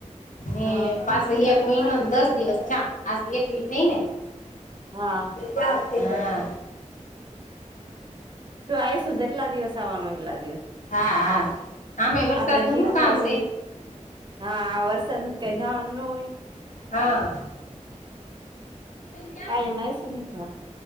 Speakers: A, on the left (about 80°); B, on the right (about 35°).
A: ને
B: હા
A: પાસે એક મહિનો દસ દિવસ થયા આજે એકવી થઈ ને
B: હા
A: હા
B: શું આવીશુ જેટલા દિવસ આવવાનૂ એટલા દિવસ
A: હા હા આમે વરસાદ
B: આપડે
A: નું
B: શીખવાનું
A: શું કામ છે.
B: હોય હા વરસાદનુ જ કાઈ જવાનું ન હોય.
A: હા <inaudible>
B: કાયમ આરતી નિકળો